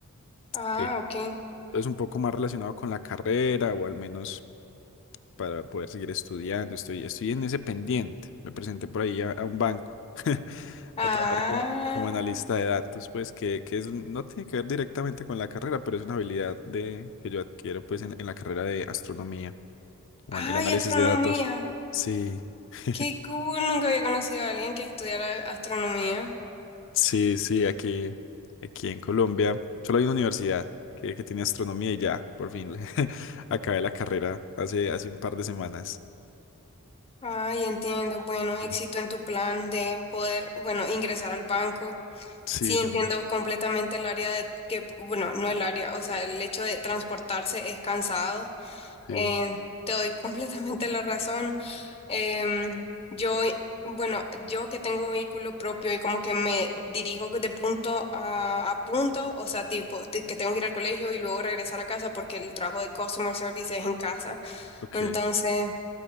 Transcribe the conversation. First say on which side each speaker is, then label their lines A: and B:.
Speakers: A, on the left; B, on the left.
A: Ah,
B: ¿Qué?
A: ok.
B: Entonces un poco más relacionado con la carrera o al menos para poder seguir estudiando. Estoy, estoy en ese pendiente. Me presenté por ahí a, a un banco. <laughs>
A: Ah,
B: a trabajar como, como analista de datos, pues que, que es, un- no tiene que ver directamente con la carrera, pero es una habilidad de, que yo adquiero pues en, en la carrera de astronomía o
A: ay,
B: en el análisis
A: astronomía.
B: de datos. Sí, <laughs>
A: Qué cool, nunca había conocido a alguien que estudiara astronomía.
B: sí, sí, aquí, aquí en Colombia solo hay una universidad que, que tiene astronomía y ya, por fin, le- <laughs> acabé la carrera hace, hace un par de semanas.
A: Ay, entiendo. Bueno, éxito
B: Sí,
A: en tu plan de poder, bueno, ingresar al banco.
B: sí,
A: Sí,
B: también.
A: entiendo completamente el área de que, bueno, no el área, o sea, el hecho de transportarse es cansado.
B: Sí,
A: Eh, te doy <laughs> completamente la razón. Em, yo, bueno, yo que tengo vehículo propio y como que me dirijo de punto a, a punto, o sea, tipo, te- que tengo que ir al colegio y luego regresar a casa porque el trabajo de customer service es en casa.
B: ok.
A: Entonces,